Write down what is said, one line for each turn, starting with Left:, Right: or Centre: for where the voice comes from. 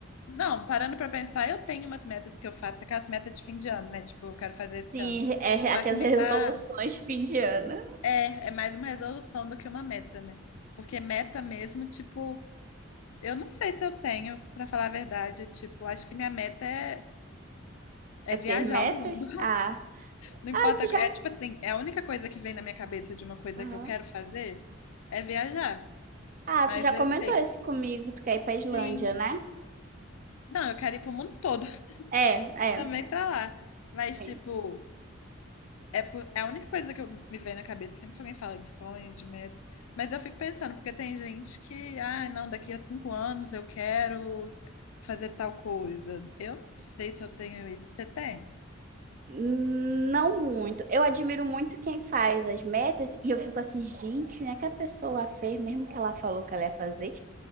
Left: não, parando pra pensar, eu tenho umas metas que eu faço, aquelas metas de fim de ano, né? Tipo, eu quero fazer esse
Right: Sim,
Left: ano.
Right: é
Left: Só
Right: aquelas
Left: que me
Right: resoluções
Left: dá,
Right: de fim de ano.
Left: é, é mais uma resolução do que uma meta, né? Porque meta mesmo, tipo, eu não sei se eu tenho, pra falar a verdade, tipo, acho que minha meta é, é
Right: É
Left: viajar
Right: ter metas?
Left: o mundo.
Right: Ah,
Left: Não
Right: ah,
Left: importa.
Right: isso
Left: É
Right: já.
Left: tipo assim, é a única coisa que vem na minha cabeça de uma coisa
Right: Aham.
Left: que eu quero fazer é viajar.
Right: Ah,
Left: Mas
Right: tu já
Left: eu
Right: comentou
Left: sei,
Right: isso comigo, tu quer ir pra Islândia,
Left: sim.
Right: né?
Left: Não, eu quero ir pro mundo todo, <laughs>
Right: É, é,
Left: também pra lá. Mas,
Right: sim.
Left: tipo, é, por- é a única coisa que eu, me vem na cabeça sempre que alguém fala de sonho, de meta. Mas eu fico pensando, porque tem gente que, ah, não, daqui a cinco anos eu quero fazer tal coisa. Eu não sei se eu tenho isso. Você tem?
Right: Não muito. Eu admiro muito quem faz as metas e eu fico assim, gente, né, que a pessoa fez, mesmo que ela falou que ela ia fazer.